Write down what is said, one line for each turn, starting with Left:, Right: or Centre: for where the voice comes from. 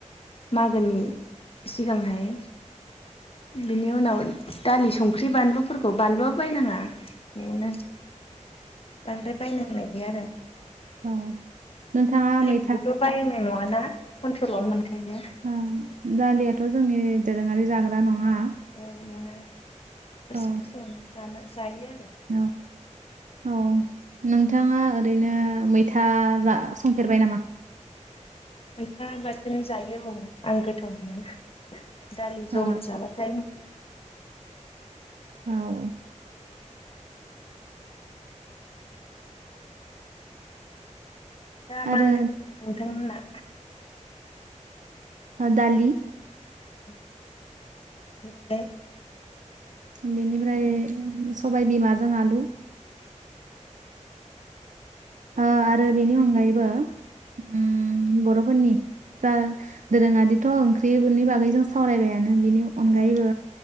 Left: मागोनि सिगांहाय बिनि उनाव दालि संख्रि बानलुफोरखौ बानलुआबो बायनाङा नआवनो बांद्राय बायनांनाय गैया आरो
Right: ओं नोंथाङा मै
Left: बेबोथ बायनाय नङाना कन्ट्रलावनो मोनखायो।
Right: ओं दालियाथ जोंनि दोरोङारि जाग्रा नङा।
Left: ओं नङा
Right: औ
Left: सम सम जाना जायो आरो
Right: औ औ नोंथाङा ओरैनो मैथा जा संफेरबाय नामा?
Left: मैथा बाथोन जायो औ आं गोथाव मोनो दालि
Right: औ
Left: जहल जाबा थाय <inaudible>
Right: औ
Left: दा मा
Right: आरो
Left: ओंख्रि नोंथांमोनना?
Right: ओ दालि
Left: ओ बेनिफ्राय
Right: बेनिफ्राय सबाय बिमाजों आलु। ओ आरो बेनि अनगायैबो उम बर'फोरनि दा दोरोङारिथ ओंख्रिनि बागै जों सावरायबायानो बिनि अनगायैबो
Left: औ